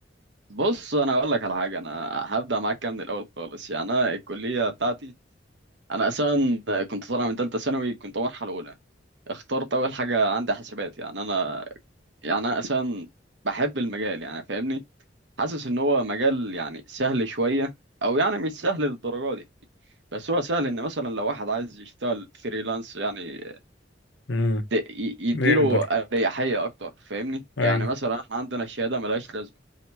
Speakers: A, on the right; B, on the left.
A: بص انا اقول لك على حاجه انا هبدا معاك كده من الاول خالص يعني انا الكليه بتاعتي انا اصلا كنت طالع من ثالثه ثانوي كنت مرحله اولى اخترت اول حاجه عندي حاسبات يعني انا يعني انا اصلا بحب المجال يعني فاهمني حاسس ان هو مجال يعني سهل شويه او يعني مش سهل للدرجه دي بس هو سهل ان مثلا لو واحد عايز يشتغل فريلانس يعني
B: امم
A: ت- ي- يديله
B: نقدر
A: اريحيه اكتر فاهمني
B: اي
A: يعني مثلا احنا عندنا الشهاده ملهاش لازمه